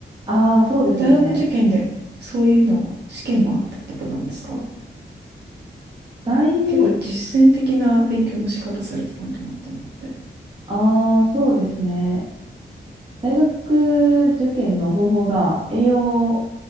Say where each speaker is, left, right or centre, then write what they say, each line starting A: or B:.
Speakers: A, on the right; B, on the right.
A: ああ、そうですよね。
B: 大学受験でそういうの、試験もあったってことなんですか
A: 大、
B: 結構実践的な勉強の仕方されてたんだなと思って。
A: ああ、そうですね。大学受験の方法が栄養